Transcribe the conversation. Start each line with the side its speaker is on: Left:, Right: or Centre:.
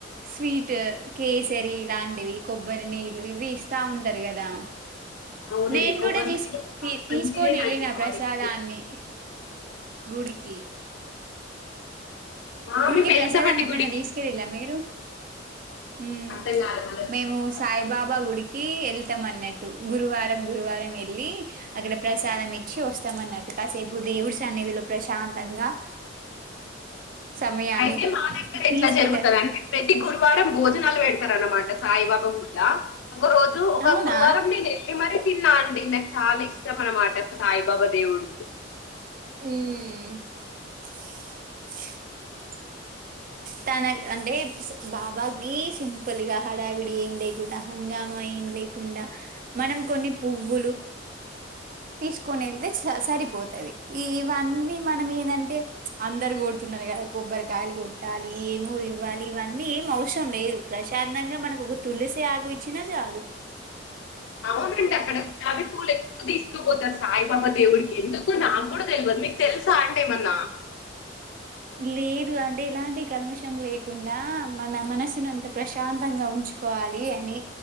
Right: స్వీట్ కేసరి లాంటివి కొబ్బరి నీళ్ళు ఇవి ఇస్తా ఉంటరు కదా
Left: అవునండి
Right: నేను
Left: కొబ్బరి
Right: కూడా తీసు
Left: నీళ్ళు చాలా
Right: తీ తీసుకొని
Left: మంచిదేనండి
Right: వెళ్ళిన
Left: బాడీకి
Right: ప్రసాదని గుడికి
Left: ఆ,
Right: గుడికి
Left: మేము వెళ్తామండి
Right: ప్రసాదాన్ని ఎప్పుడైనా
Left: గుడికి
Right: తీసుకెలిండ్రా మీరు హ్మ్
Left: అర్థం కాదు మళ్ళీ వచ్చేటప్పటికి.
Right: మేము సాయిబాబా గుడికి కీ వెళ్తాం అన్నట్టు గురువారం గురువారం వెళ్ళి అక్కడ ప్రసాదం ఇచ్చి వస్తాం అన్నట్టు కాసేపు దేవుడి సన్నిధిలో ప్రశాంతంగా సమయాన్ని
Left: అయితే మా దగ్గర
Right: పీస్‌ఫుల్
Left: ఎట్లా జరుగుతుంది అంటే ప్రతి గురువారం భోజనాలు పెడుత స్తార అన్నమాట సాయిబాబా గుల్ల ఒక రోజు ఒక
Right: అవునా
Left: గురువారం నేను ఎప్పి మర తిన్నా పిల్లకు చాలా ఇష్టం అన్నమాట సాయిబాబా దేవుడు
Right: ఉ ఉ మ్ తన అంటే బాబాకి సింపుల్ గా హడావిడి ఏం లేకుండా హంగామా ఏం లేకుండా మనం కొన్ని పువ్వులు తీసుకొని వెళ్తే సరిపోతుది ఇవన్నీ మనం ఏంటంటే అందరు కొడుతున్నారును కదా కొబ్బరికాయలు కొడుతు ఏమో ఇవ్వాలి ఇవన్నీ ఏం అవసరం లేదు ప్రశాంతంగా మనకు ఒక తులసి ఆకు ఇచ్చినా చాలు
Left: అవునండి అక్కడ మల్లి పూవులు ఎక్కువ తీసుకుపోతారు సాయిబాబా దేవుడికి ఎందుకు నాకు కూడా తెలియదు మీకు తెలుసా అంటే ఏమన్నా
Right: లేదు అంటే ఇలాంటి కల్ముషం లేకుండా మన మనసును అంత ప్రశాంతంగా ఉంచుకోవాలి అని